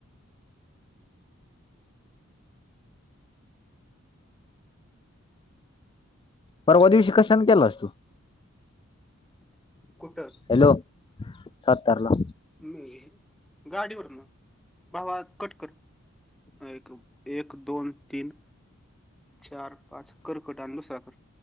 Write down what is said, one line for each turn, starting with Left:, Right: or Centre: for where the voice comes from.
Left: परवा दिवशी कशान केलास तु.
Centre: कुटं.
Left: हॅलो सतारला.
Centre: म गाडीवर ना भावा कटकर एक. एक दोन तीन चार पाच कर्कट आणि लुसाका.